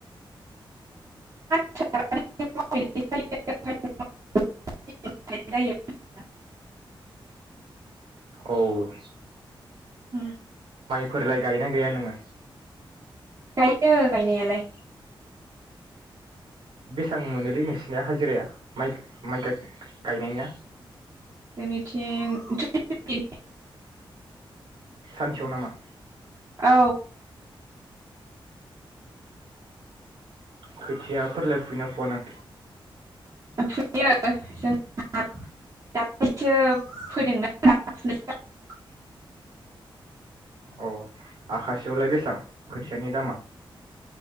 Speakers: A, on the right (about 45°); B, on the right (about 70°).
A: <unintelligible>
B: औ
A: हुम
B: फोरलाय गायो ना गाया नोंङो?
A: गायो गायनायालाय।
B: बेसां मोनोलै नोंसिनिया हाजिराया माइ गाय माइगाय गायनायनिया?
A: जोंनिथिं <unintelligible> फिपति
B: सानसेयाव नामा?
A: औ
B: खोथिया फोरलाय फुयो ना फुवा नों?
A: <unintelligible>
B: औ आखासेयावलाय बेसेबां खोथियानि दामा?